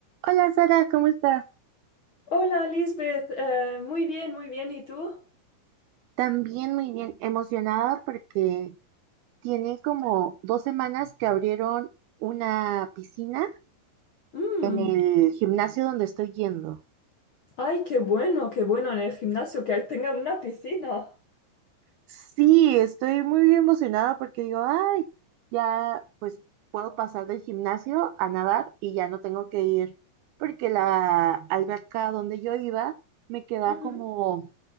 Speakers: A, on the right; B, on the left.
A: Hola Sara, ¿cómo estás?
B: Hola, Lisbeth. Eh, muy bien, muy bien. ¿Y tú?
A: También muy bien, emocionada porque tiene como dos semanas que abrieron una piscina
B: Mm,
A: en el gimnasio donde estoy yendo.
B: Ay, qué bueno, qué bueno en el gimnasio que ahí tengan una piscina.
A: Sí, estoy muy emocionada porque digo, ay, ya pues puedo pasar del gimnasio a nadar y ya no tengo que ir porque la alberca donde yo iba me queda
B: Ujú.
A: como,